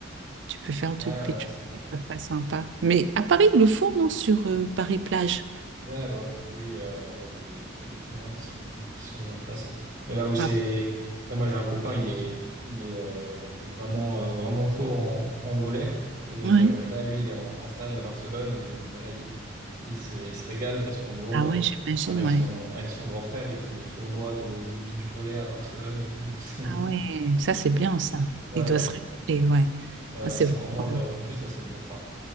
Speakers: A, on the right; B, on the right.
A: Tu peux faire deux
B: Ouais,
A: beach
B: ouais, c'est
A: parties,
B: clair.
A: ça serait sympa. Mais à Paris, ils le font, non, sur euh, Paris-Plage.
B: Ouais, ouais, ouais. oui, euh, ouais, t'as des, t'as des terrains qui sont, qui sont mis en place. Mais là où c'est,
A: Ah,
B: là, moi, j'ai un copain, il est, il est euh, vraiment, euh, vraiment chaud en, en volley. Et donc,
A: ouais.
B: euh, là, lui, il est en, en stage à Barcelone. Et donc, euh, bah, là, il, il se, il se régale parce qu'en gros,
A: Ah
B: euh,
A: ouais, j'imagine,
B: avec
A: ouais.
B: son, avec son grand frère, ils font des tournois de, de beach volley à Barcelone et tout. Donc, c'est,
A: Ah ouais, ça c'est bien ça.
B: <laughs> ouais,
A: Il doit
B: ouais.
A: se régaler, ouais.
B: Ouais,
A: Ah,
B: là,
A: c'est
B: c'est
A: vraiment...
B: vraiment le, en plus, là, c'est le bon, enfin,